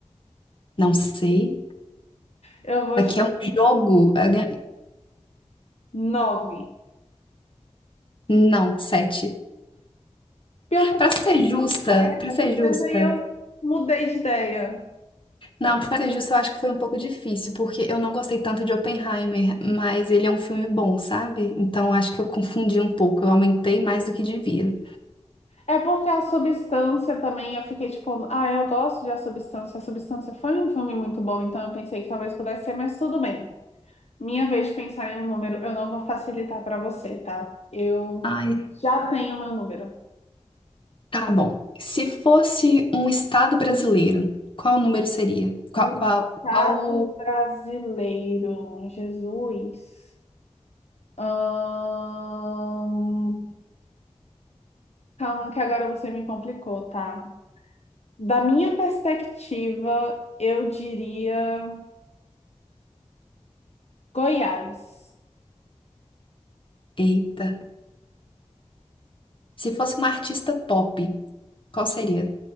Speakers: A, on the left; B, on the left.
A: Não sei.
B: Eu vou
A: Aqui é um jogo. Eu ganhei-
B: Nove.
A: Não, sete.
B: Pior que eu
A: Pra
B: pensei
A: ser justa,
B: com sete,
A: pra ser justa.
B: mas aí eu mudei de ideia.
A: Não, pra ser justa, eu acho que foi um pouco difícil, porque eu não gostei tanto de Oppenheimer, mas ele é um filme bom, sabe? Então acho que eu confundi um pouco. Eu aumentei mais do que devia.
B: É porque a substância também, eu fiquei tipo, ah, eu gosto de A Substância. A Substância foi um filme muito bom, então eu pensei que talvez pudesse ser, mas tudo bem. Minha vez de pensar em um número, eu não vou facilitar para você, tá? Eu
A: Ai,
B: já tenho meu número.
A: Tá bom. Se fosse um estado brasileiro, qual o número seria? Qual,
B: Um
A: qual,
B: estado
A: qual...
B: brasileiro, Jesus. Ahn, Calma, que agora você me complicou, tá? Da minha perspectiva, eu diria Goiás,
A: Eita. Se fosse uma artista pop, qual seria?